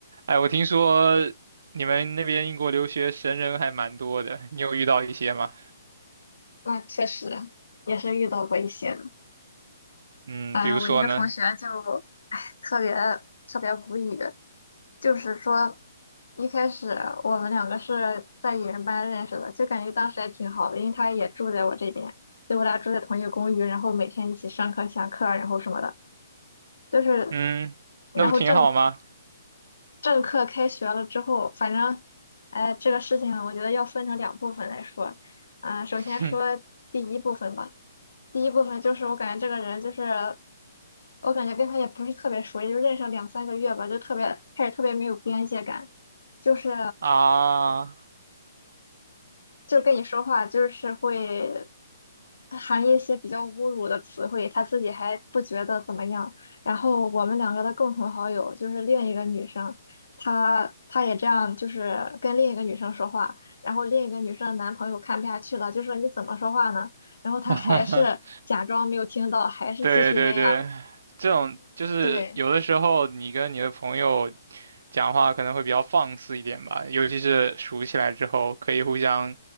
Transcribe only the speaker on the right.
哎，我听说你们那边英国留学神人还蛮多的，你有遇到一些吗？
嗯，
比如说呢？
嗯，
那不挺好吗？
<laughs>
啊，
<laughs>
对对对，这种就是有的时候你跟你的朋友
讲话可能会比较放肆一点吧，尤其是熟起来之后，可以互相